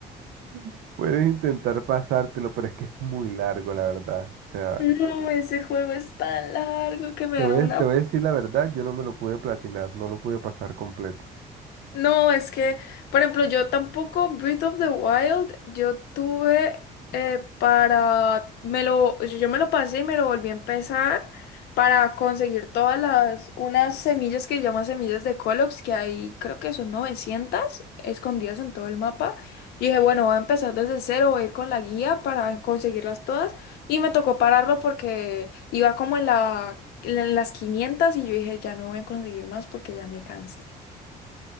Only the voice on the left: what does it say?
No, ese juego es tan largo que me
da
una
No, es que, por ejemplo, yo tampoco Breath of the Wild, yo tuve eh, para, me lo, yo yo me lo pasé y me lo volví a empezar para conseguir todas las, unas semillas que llaman semillas de Colox, que hay, creo que son 900 escondidas en todo el mapa. Y dije, bueno, voy a empezar desde cero, voy a ir con la guía para conseguirlas todas. Y me tocó pararlo porque iba como en la, en las 500 y yo dije, ya no voy a conseguir más porque ya me cansé.